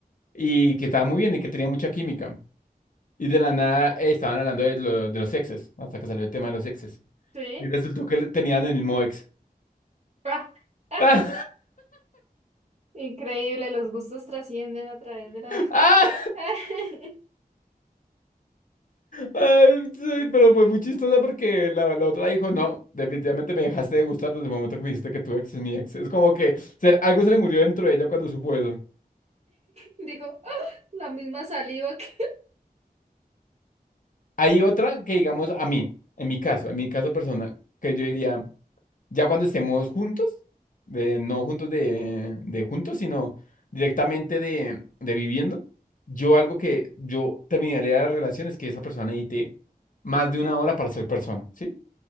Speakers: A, on the left; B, on the right.
A: y que estaba muy bien y que tenía mucha química. Y de la nada eh, estaban hablando de, lo- de los exes, hasta que salió el tema de los exes.
B: Sí.
A: Y resultó que le- tenían el mismo ex.
B: Ah, ah,
A: ¡Ah!
B: increíble, los gustos trascienden a través de la...
A: <laughs> ¡Ah!
B: <laughs>
A: Ay, sí, pero fue muy chistosa porque la, la otra dijo, no, definitivamente me dejaste de gustar desde el momento que me dijiste que tu ex es mi ex. Es como que se- algo se le murió dentro de ella cuando supo eso.
B: Dijo, "Ah, la misma saliva que...
A: Hay otra que digamos a mí, en mi caso, en mi caso personal, que yo diría... Ya cuando estemos juntos, de- no juntos de, de juntos, sino directamente de, de viviendo, yo algo que yo terminaría la relación es que esa persona necesite más de una hora para ser persona, ¿sí?